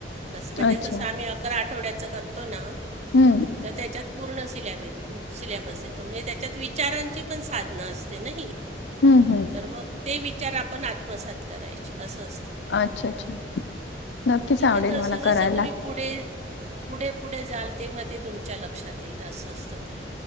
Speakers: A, on the right (about 40°); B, on the left (about 75°).
A: तो असं म्हणजे
B: अच्छा
A: जसं आम्ही तर आठवड्याच करतो ना.
B: हम्म.
A: तर त्याच्यात पूर्ण सिलॅब सिलॅबस येतो म्हणजे त्याच्यात विचारांची पण साधनां असते नाही.
B: हम्.
A: तर मग ते विचार आपण आत्मसात करायचे असं असतं. ते
B: अच्छा, अच्छा नक्कीच
A: ठीक
B: आवडेल
A: आहे जसं
B: मला करायला.
A: जसं तुम्ही पुढे, पुढे-पुढे जाल तेव्हा ते तुमच्या लक्षात येईल असं असतं ते.